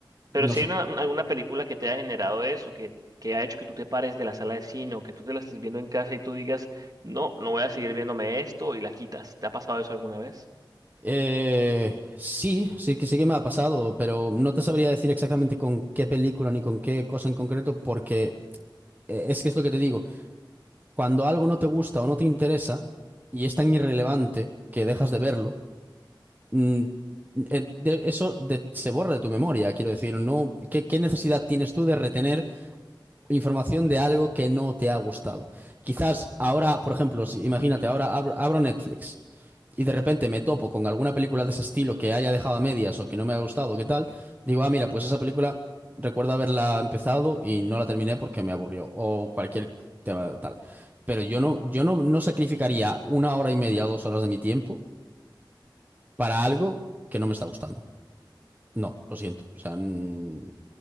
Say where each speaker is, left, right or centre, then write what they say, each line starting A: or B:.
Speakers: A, on the right; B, on the right.
A: no
B: pero si
A: sé.
B: hay una, una- alguna película que te ha generado eso, que, que ha hecho que tú te pares de la sala de cine o que tú te la estés viendo en casa y tú digas, no, no voy a seguir viéndome esto y la quitas. ¿Te ha pasado eso alguna vez?
A: Eh, sí, sí que sí que me ha pasado, pero no te sabría decir exactamente con qué película ni con qué cosa en concreto, porque eh, es que es lo que te digo, cuando algo no te gusta o no te interesa y es tan irrelevante que dejas de verlo, mm, eh, de- eso de- se borra de tu memoria, quiero decir, no, ¿qué, qué necesidad tienes tú de retener? información de algo que no te ha gustado. Quizás ahora, por ejemplo, si, imagínate, ahora abro, abro Netflix y de repente me topo con alguna película de ese estilo que haya dejado a medias o que no me ha gustado, ¿qué tal? Digo, ah, mira, pues esa película recuerdo haberla empezado y no la terminé porque me aburrió o cualquier tema tal. Pero yo no, yo no, no sacrificaría una hora y media o dos horas de mi tiempo para algo que no me está gustando. No, lo siento. O sea, mm,